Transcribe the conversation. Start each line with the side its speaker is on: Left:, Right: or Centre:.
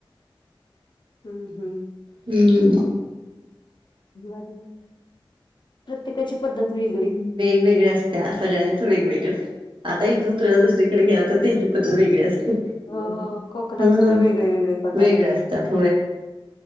Left: हुं. हू.
Right: उं.
Left: बर, प्रत्येकाची पद्धत वेगळी.
Right: वेगळी असत्या, सगळ्यांचं वेगवेगळ आता ईथून तुला दुसरीकडे गेला तर, त्यांची पद्धत वेगळी असते.
Left: हो हो, कोकणात
Right: हम्म
Left: सुद्धा वेगळे वेगळे पदार्थ.
Right: वेगळे असतात